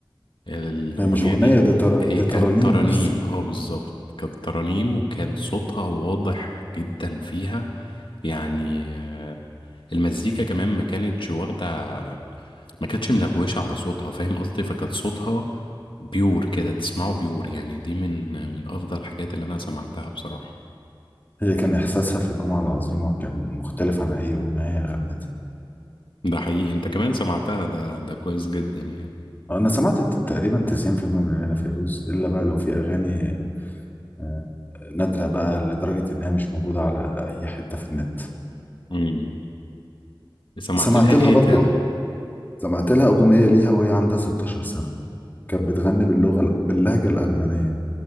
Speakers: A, on the left; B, on the left.
A: الأغنية
B: هي مش أغنية
A: دي
B: دي, تر...
A: هي
B: دي
A: كانت
B: ترانيم
A: ترانيم
B: بس
A: اه بالظبط كانت ترانيم وكان صوتها واضح جدا فيها يعني آه، المزيكا كمان ما كانتش واخدة ما كانتش ملغوشة على صوتها فاهم قصدي فكانت صوتها بيور كده تسمعه بيور يعني دي من من أفضل الحاجات اللي أنا سمعتها بصراحة
B: هي كان إحساسها في الجمعة العظيمة كان مختلف عن أي أغنية هي غنتها
A: ده حقيقي انت كمان سمعتها ده ده كويس جدا يعني
B: آه، أنا سمعت ت- تقريبا 90% من أغاني فيروز إلا بقى لو في أغاني آه، نادرة بقى لدرجة إنها مش موجودة على أي حتة في النت
A: امم سمعت
B: سمعت
A: لها ايه
B: لها برضه
A: تاني
B: سمعت لها أغنية ليها وهي عندها 16 سنة كانت بتغني باللغة باللهجة الأرمنية